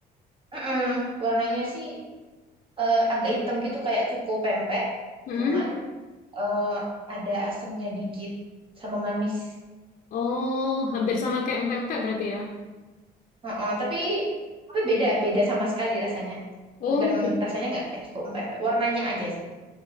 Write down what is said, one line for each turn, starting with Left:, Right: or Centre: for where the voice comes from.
Right: Mm-mm. Warnanya sih eh, agak hitam gitu kayak cuko pempek,
Left: Hmm?
Right: cuman eh, ada asemnya dikit sama manis.
Left: Oh, hampir sama kayak empek-empek berarti ya?
Right: Heeh, tapi tapi beda beda sama sekali rasanya.
Left: Oh,
Right: Bukan
Left: gitu.
Right: rasanya nggak kayak cuko pempek, warnanya aja.